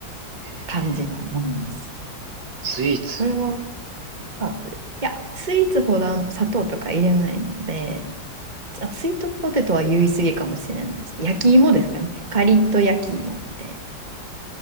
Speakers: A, on the right; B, on the right.
A: い。
B: 感じのものです。
A: ええスイーツ、
B: それは、あとでいや、スイーツほどあん砂糖とか入れないので、あ、スイートポテトは言い過ぎかもしれないです。焼き芋ですかね。カリッと焼き芋みたいな